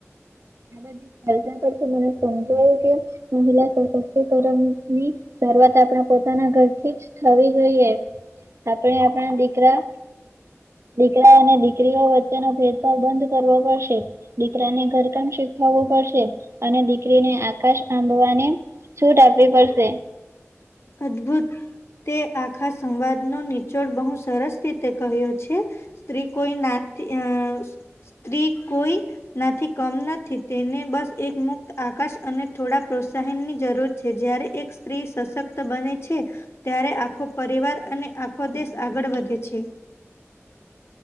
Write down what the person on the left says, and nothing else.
અદભુત તે આખા સંવાદનો નીચોડ બહુ સરસ રીતે કહ્યો છે. સ્ત્રી કોઈ ના અહ સ્ત્રી કોઈ નાથી કમ નથી તેને બસ એક મુક્ત આકાશ અને થોડા પ્રોત્સાહન ની જરૂર છે જય્યારે એક સ્ત્રી સશક્ત બને છે, ત્યારે આખો પરિવાર અને આખો દેશ આગળ વધે છે.